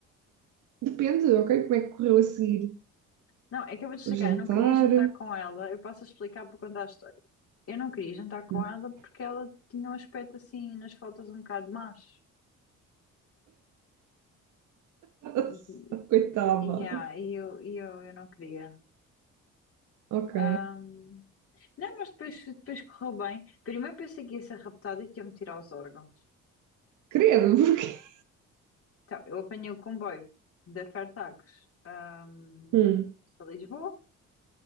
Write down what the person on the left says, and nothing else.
Não, é que eu vou te explicar,
eu não queria jantar com ela, eu passo a explicar para contar a história. Eu não queria jantar com
ela porque ela tinha um aspecto assim nas fotos um bocado macho.
E,
e, ah, e eu, e eu, eu não queria.
Ahm, não, mas depois, depois correu bem. Primeiro pensei que ia ser raptada e que ia me tirar os órgãos.
Então, eu apanhei o comboio da Fertagos, ahm,
para Lisboa